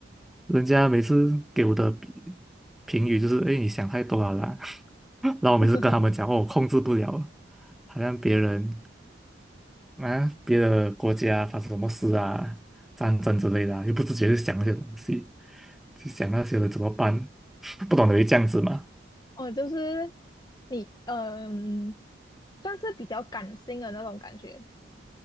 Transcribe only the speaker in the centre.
人家每次给我的评评语就是：哎，你想太多了啦。<laughs> 然后我每次跟他们讲，
哦，我控制不了，好像别人啊，别的国家发生什么事啊，战争之类的啊又不自觉去想那些东西，去想那些人怎么办，<laughs> 不懂得会这样子嘛。